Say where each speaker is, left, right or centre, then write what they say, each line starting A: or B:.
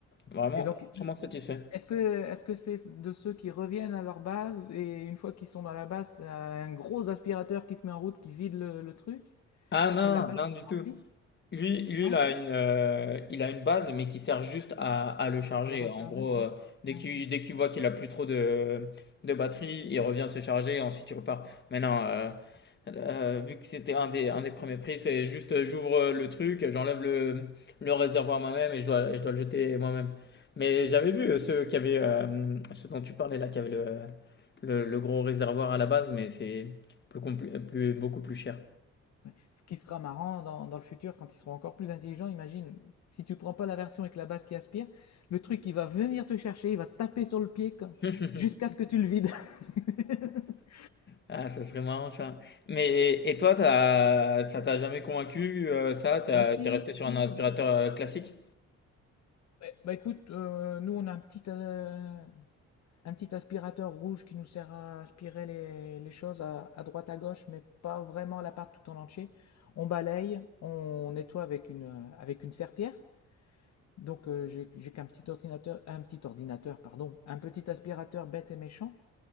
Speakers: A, on the left; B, on the left.
A: Vraiment
B: Et donc,
A: extrêmement
B: il-
A: satisfait.
B: est-ce que, est-ce que c'est de ceux qui reviennent à leur base et une fois qu'ils sont dans la base, c'est un gros aspirateur qui se met en route, qui vide le, le truc
A: Ah non,
B: et la base
A: non
B: se
A: du tout.
B: remplit?
A: Lui, lui,
B: Non?
A: il a une, euh, il a une base, mais qui sert juste à, à le charger.
B: À le recharger?
A: En gros, euh, dès
B: Ouais,
A: qu'il, dès qu'il voit qu'il a plus trop de, de batterie, il revient se charger et ensuite il repart. Maintenant, euh, euh, vu que c'était un des, un des premiers prix, c'est juste euh, j'ouvre euh, le truc, j'enlève le, le réservoir moi-même et je dois, je dois le jeter moi-même. Mais j'avais vu euh, ceux qui avaient, euh, ceux dont tu parlais là, qui avaient le, le, le gros réservoir à la base, mais c'est plus, compl- plus beaucoup plus cher.
B: ouais. Ce qui sera marrant dans, dans le futur quand ils seront encore plus intelligents, imagine, si tu prends pas la version avec la base qui aspire, le truc il va venir te chercher, il va taper sur le pied comme-
A: <laughs>
B: jusqu'à ce que tu le vides. <laughs>
A: Ah, ça serait marrant ça. Mais et toi, t'as, ça t'a jamais convaincu euh, ça? T'as-
B: Bah si,
A: T'es resté
B: si.
A: sur un aspirateur euh, classique?
B: Ouais, Bah écoute, euh, nous on a un petit, euh, un petit aspirateur rouge qui nous sert à aspirer les, les choses à, à droite à gauche, mais pas vraiment l'appart tout en entier. On balaye, on nettoie avec une, euh, avec une serpillière. Donc euh, j'ai, j'ai qu'un petit ordinateur, un petit ordinateur, pardon, un petit aspirateur bête et méchant.